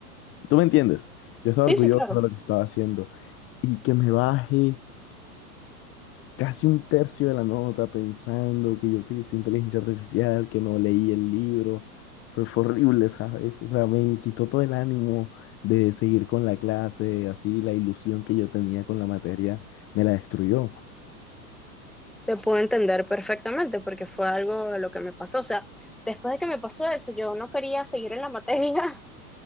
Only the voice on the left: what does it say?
¿Tú me entiendes? Yo estaba
orgulloso
de lo que estaba haciendo y que me baje casi un tercio de la nota pensando que yo utilicé inteligencia artificial, que no leí el libro. Fue, fue horrible, ¿sabes? O sea, me quitó todo el ánimo de seguir con la clase, así la ilusión que yo tenía con la materia me la destruyó.